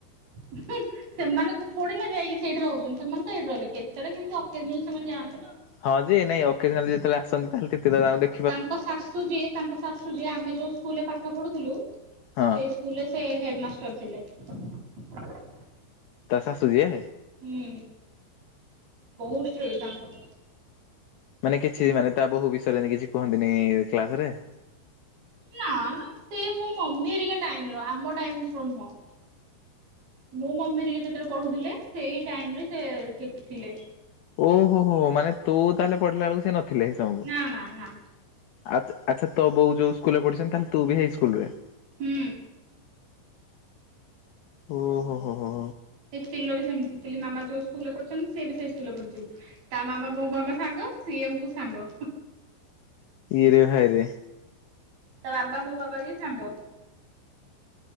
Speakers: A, on the right; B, on the left.
A: ହିଁ ସେମାନଙ୍କୁ ଥୋଡି ନା ଯାଇକି ସେଇଠି ରହୁଛନ୍ତି ସେମାନେ ତ ଏଇଠି ରହିଲେ କେତେବେଳେ କେମିତି ସେମାନେ ଅକେଜନାଲି ଯାଆନ୍ତିନା।
B: ହଁ ଯେ ନାଇଁ ଅକେଜନାଲ୍ ଯେତେବେଳେ ଆସନ୍ତି ତାହାଲେ ତିତୀଲି ଘର ତାଙ୍କୁ ଦେଖ
A: ତାଙ୍କ ଶାଶୁ ଯିଏ ତାଙ୍କ ଶାଶୁ ଯିଏ ଆମେ ଯୋଉ ସ୍କୁଲରେ ପାଠ ପଢୁଥିଲୁ
B: ହଁ
A: ସେ ସ୍କୁଲ ରେ ସେ ହେଡମାଷ୍ଟର ଥିଲେ।
B: ତା ଶାଶୁ ଯିଏ?
A: ହୁଁ ବହୁତୁ ଷ୍ଟ୍ରିଟ ତାଙ୍କ ଶାଶୁ।
B: ମାନେ କିଛି ମାନେ ତା ବୋହୁ ବିଷୟରେ ନେଇକି କିଛି କୁହନ୍ତିନି କ୍ଲାସ ରେ?
A: ନା ନା ସେ ମୋ ମମି ହେରିକା ଟାଇମି ର ଆମ ଟାଇମି ନୁହଁ। ମୋ ମମି ଟିକେ ଯେତେବେଳେ ପଢୁଥିଲେ ସେଇ ଟାଇମି ରେ ସେ ଥିଲେ।
B: ଓହୋ ହୋ ହୋ ମାନେ ତୁ ତାହେଲେ ପଢିଲା ବେଳକୁ ସେ ନଥିଲେ ହ ସମୟକୁ।
A: ନା ନା ନା
B: ଆ ଆଛା ତୋ ବୋଉ ଯୋଉ ସ୍କୁଲ ରେ ପଢିଛନ୍ତି ତାହେଲେ ତୁ ହେଇ ସ୍କୁଲ ରେ।
A: ହୁଁ।
B: ଓ ହୋ ହୋ ହୋ।
A: ସେ ପିଲୋ ବି ସେମିତି ଥିଲି ମାମା ଯୋଉ ସ୍କୁଲ ରେ ପଢୁଛନ୍ତି ସିଏ ବି ସେଇ ସ୍କୁଲ ପଢୁଚି। ତା ମାମା ମୋ ମାମା ସାଙ୍ଗ ସିଏ ମୁଁ ସାଙ୍ଗ।
B: ଇରେ ଭାଇରେ।
A: ତା ବାବା ମୋ ବାବା ବି ସାଙ୍ଗ।